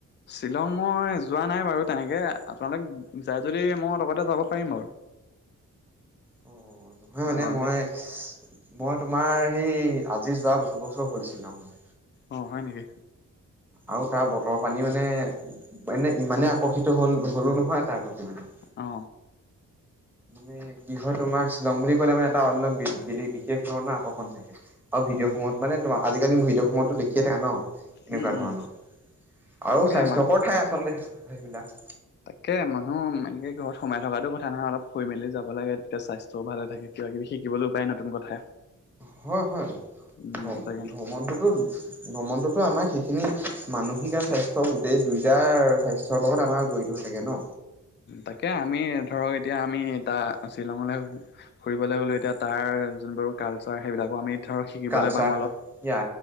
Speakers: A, on the left (about 35°); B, in the centre.
A: শ্বিলং মই যোৱা নাই বাৰু তেনেকে আপোনালোক যাই যদি মই লগতে যাব পাৰিম বাৰু
B: অ নহয় মানে
A: অ যি
B: মই মই তোমাৰ সেই আজি যোৱা বহুত বছৰ হলছিল ত মানে
A: অ হয় নেকি
B: আৰু তাৰ বতৰৰ পানী মানে মানে ইমানে আকৰ্ষিত হল হলো নহয় তাৰ প্ৰতি মানে
A: অ
B: মি কি হয় তোমাৰ শ্বিলং বুলি কলে মানে এটা অন্য বিশেষ ধৰণৰ আকৰ্ষণ থাকে আৰু ভিডিঅ'
A: উম
B: সমত
A: হয়
B: মানে তোমাৰ আজিকালি ভদৰয়তো দেিয় থাকে ন এনেকুৱা
A: উম উম
B: ধৰণৰ
A: তাকে
B: আৰু স্বাস্থ্যকৰ
A: মা
B: ঠাই আচলতে সেইবিলাক
A: তাকে মানুহ এ ঘৰত সোমাই থকাটো কথা নহয় অলপুই মি যাব লাগে তেতিয়া স্বাস্থ্য চ ভালে থাকে কিব কিবি শিকিবলৈো বাই নতুন কথা
B: হয় হয়
A: উম
B: ভ্ৰমণটোতো
A: তাকে
B: ভ্ৰমণটোতো আমাৰ সেইখিনি মানসিক আৰু স্বাস্থ্্য গোটেই দুইটাাৰ স্বাস্থ্যৰ লগত আমাৰ জডৰিিত হৈ থাকে ন
A: তাকে আমি ধৰক এতিয়া আমি তাৰ শ্বিলঙলৈ ফুৰিবলৈ গলো এতিয়া তাৰ যোনবোৰ কালচাৰ সেইবিলাকো আমি ধৰক শিকিবলৈ
B: কালচাৰয়া
A: পাম অলপ।